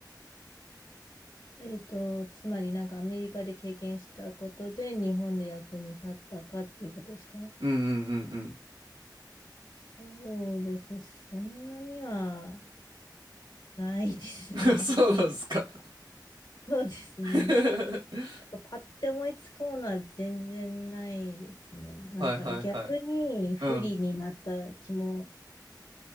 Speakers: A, on the left; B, on the right.
A: えっと、つまりなんかアメリカで経験したことで日本で役に立ったかっていうことですか
B: <laughs> うんうんうん
A: そうですね。そんなにはないですね。
B: うん <laughs> そうなんですか
A: <laughs> そうですね。
B: <laughs>
A: なんかパッて思いつくものは全然ないですね。なんか逆に不利になった気も
B: はいはいはいうん